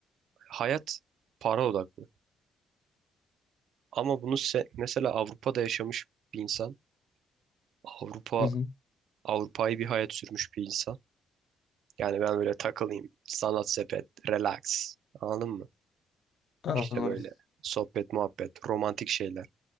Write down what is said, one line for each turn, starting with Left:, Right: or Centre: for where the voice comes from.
Right: hayat para odaklı. Ama bunu se- mesela Avrupa'da yaşamış bir insan, Avrupa
Left: Hı hı.
Right: Avrupa'yı bir hayat sürmüş bir insan. Yani ben böyle takılayım, sanat sepet, relax. Anladın mı?
Left: Anladım.
Right: İşte böyle sohbet, muhabbet, romantik şeyler.